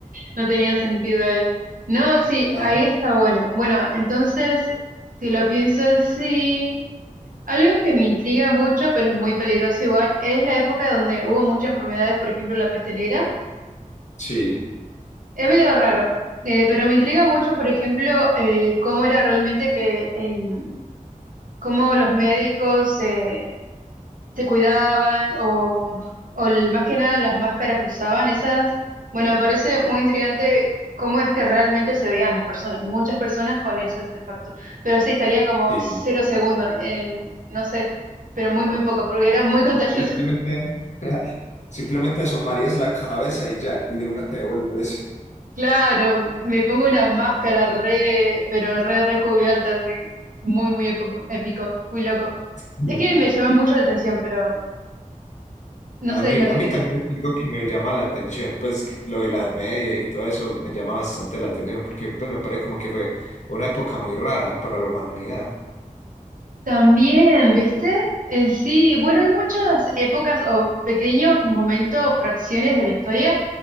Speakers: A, on the right; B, on the left.
A: No tenía sentido ahí. No, sí,
B: Ajá.
A: ahí está bueno. Bueno, entonces, si lo pienso así, algo que me intriga mucho, pero es muy peligroso igual, es la época donde hubo muchas enfermedades, por ejemplo, la peste negra.
B: Sí,
A: Es medio raro, eh, pero me intriga mucho, por ejemplo, eh, cómo era realmente que, em, cómo los médicos eh, se cuidaban o, o el- más que nada las máscaras que usaban, esas, bueno, me parece muy intrigante cómo es que realmente se veían las personas, muchas personas con ese artefacto, pero sí, estaría como
B: sí.
A: cero segundos, en, no sé, pero muy, muy poco, porque era muy <laughs> contagioso.
B: Simplemente, <laughs> simplemente asomarías la cabeza y ya, y de una te devuelves.
A: Claro, me pongo una máscara re, pero re recubierta, así, muy, muy épico, épico, muy loco.
B: Sí.
A: Es que me llama mucho la atención, pero no
B: A
A: sé,
B: mí,
A: es lo que
B: a mí también es algo que me llama la atención, pues lo de la Edad Media y todo eso me llama bastante la atención, porque pues me parece como que fue una época muy rara para la humanidad.
A: También, ¿viste? Eh, sí, bueno, hay muchas épocas o pequeños momentos, fracciones de la historia